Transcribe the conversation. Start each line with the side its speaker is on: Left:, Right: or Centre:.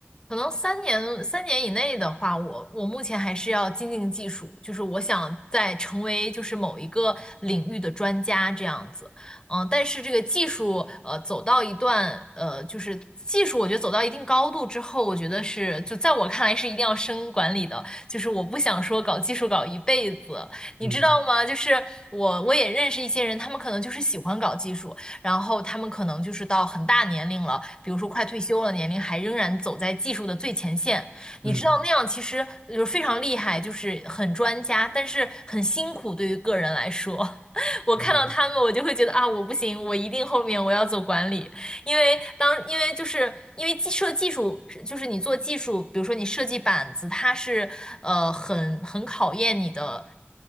Left: 可能三年三年以内的话，我我目前还是要精进技术，就是我想在成为就是某一个领域的专家这样子，嗯，但是这个技术呃走到一段呃就是技术，我觉得走到一定高度之后，我觉得是就在我看来是一定要升管理的，就是我不想说搞技术搞一辈子，你知道吗？
Right: 嗯
Left: 就是我我也认识一些人，他们可能就是喜欢搞技术，然后他们可能就是到很大年龄了，比如说快退休了年龄，还仍然走在技术的最前线。你知道那样其实就是非常厉害，
Right: 嗯
Left: 就是很专家，但是很辛苦对于个人来说。<laughs> 我看到他们，
Right: 嗯
Left: 我就会觉得啊，我不行，我一定后面我要走管理。因为当因为就是因为技设技术是就是你做技术，比如说你设计板子，它是呃很很考验你的